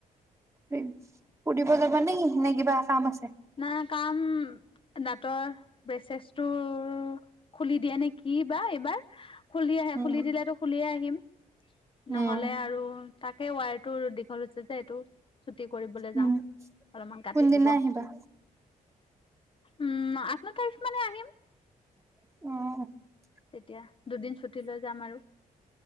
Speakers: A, on the right (about 20°); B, on the left (about 35°).
A: ফুৰিব যাবা নেই নে কিবা কাম আছে
B: না কাম দাঁতৰ ব্ৰেছেছটোৰ খুলি দিয়ে নেকি কি বা এইবাৰ খুলি আহে
A: উম
B: খুলি দিলেতো খুলিয়ে আহিম
A: উম
B: নহ'লে আৰু তাকে ৱায়াৰটো দীঘল হৈছে যে এইটো চুটি কৰিবলৈ
A: উম
B: যাওঁ অলপমান কাটি
A: কোনদিনা
B: দিব।
A: আহিবা
B: উম আঠ ন তাৰিখ মানে আহিম
A: অ
B: তেতিয়া দুদিন ছুটি লৈ যাম আৰু